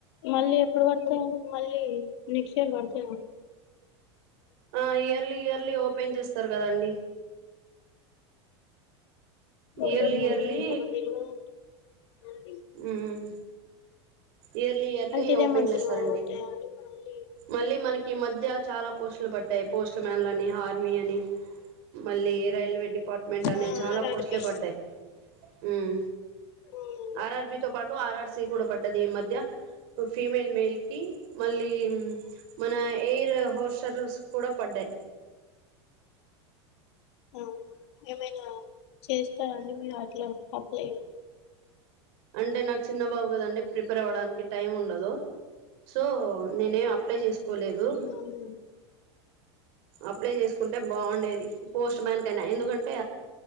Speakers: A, on the left; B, on the right.
A: మళ్ళీ ఇప్పుడు పడ్తయ మళ్ళీ నెక్స్ట్ ఇయర్ పడ్తయ
B: ఆ ఇయర్లీ ఇయర్లీ ఓపెన్ చేస్త వస్తారు కదండి
A: అండి
B: ఇయర్లీ ఇయర్లీ
A: మకదేల్వాదు అండి
B: ఉమ్ ఇయర్లీ ఇయర్లీ
A: అంటే ఇదే
B: ఓపెన్
A: మంత్లో
B: చేస్తారండి
A: ఉంటాయండి మళ్ళీ
B: మళ్ళీ మన కి మధ్య చాలా పోస్టులు పడ్డాయి పోస్ట్ మ్యాన్లు అని ఆర్మీ అని మళ్ళీ రైల్వే డిపార్ట్మెంట్ అని
A: ఆ
B: చాలా
A: ఆర్ఆర్
B: పోస్ట్లే
A: బి
B: పడ్డాయి ఉమ్
A: అవునండి
B: ఆర్ ఆర్ బి తో పాటు ఆర్ ఆర్ సి కూడా పడ్డది ఈ మధ్య ఫీమేల్ మేల్ కి మళ్ళీ మన ఎయిర్ హోస్టర్స్ కూడా పడ్డాయి
A: ఆ ఏమైనా చేస్తారాండి మీరు అట్లా అప్లైలు
B: అంటే నాకు చిన్న బాబు కదండి ప్రిపేర్ అవ్వడానికి టైం ఉండదు సో నేనే అప్ అప్లై చేసుకోలేదు
A: అవునండి
B: అప్లై చేసుకుంటే బాగుండేది పోస్ట్ మ్యాన్ కైనా ఎందుకంటే